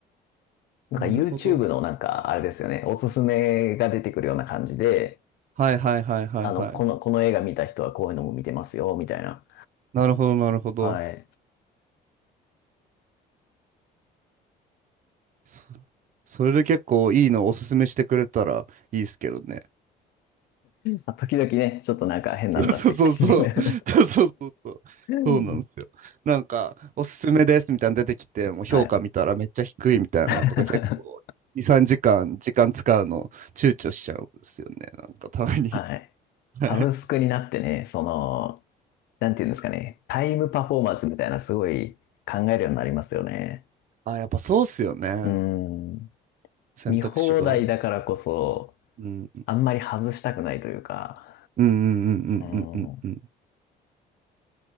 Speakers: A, on the left; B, on the right.
A: なんか
B: なるほど。
A: YouTube のなんか、あれですよね、おすすめが出てくるような感じで、
B: はいはいはいはいはい。
A: あの、この、この映画見た人はこういうのも見てますよ、みたいな。
B: なるほどなるほど。
A: はい。
B: そ、それで結構いいのおすすめしてくれたらいいですけどね。
A: まあ時々ね、ちょっとなんか変なん出してきたり。
B: <laughs> そうそうそうそう。<laughs> そうそうそう。
A: <laughs>
B: そうなんですよ。なんか、おすすめですみたいなの出てきて、もう評価見たらめっちゃ低いみたいなのとか結構2、
A: はい。<laughs>
B: 3時間時間使うの躊躇しちゃうんですよね。なんかたまに。
A: はい。サブスクになってね、
B: はい
A: その、なんていうんですかね、タイムパフォーマンスみたいなすごい考えるようになりますよね。
B: あ、やっぱそうっすよね。
A: うん。
B: 選択肢が多いです。
A: 見放題だからこそ、
B: うん
A: あんまり外したくないというか。
B: うんうんうんうんうんうんうん。
A: うん。